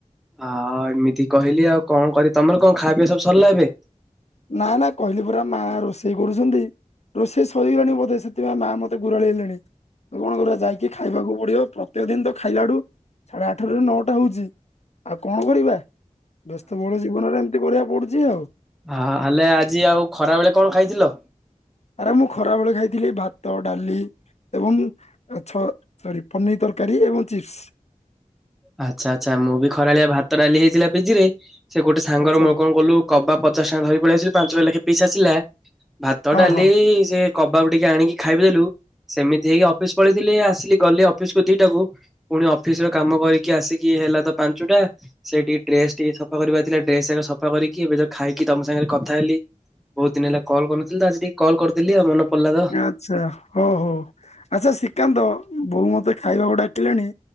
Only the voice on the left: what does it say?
ନା ନା କହିଲି ପରା ମା ରୋଷେଇ କରୁଛନ୍ତି। ରୋଷେଇ ସରିଗଲାଣି ବୋଧେ ସେଥିପାଇଁ ମା ମତେ ଗୁରାଳି ହେଲେଣି ତ କଣ କରିବା ଯାଇକି ଖାଇବାକୁ ପଡିବ। ପ୍ରତ୍ୟେକ ଦିନ ତ ଖାଇଲାଠୁ ସାଢ଼େ ଆଠାରୁ ନଅଟା ହୋଉଛି ଆଉ କଣ କରିବା? ବ୍ୟସ୍ତ ବହୁଳ ଜୀବନରେ ଏମିତି କରିଆକୁ ପଡୁଛି ଆଉ।
ଆରେ ମୁଁ ଖରାବେେଳେ ଖାଇଥିଲି ଭାତ ଡାଲି ଏବଂ ଛ ସରି ପନିର ତରକାରୀ ଏବଂ ଚିପ୍ସ୍।
ଆଚ୍ଛା
ହଁ
ହଁ
ଆଚ୍ଛା ହଉ ହଉ ଆଚ୍ଛା ଶ୍ରୀକାନ୍ତ ବୋଉ ମତେ ଖାଇବାକୁ ଡାକିଲାଣି।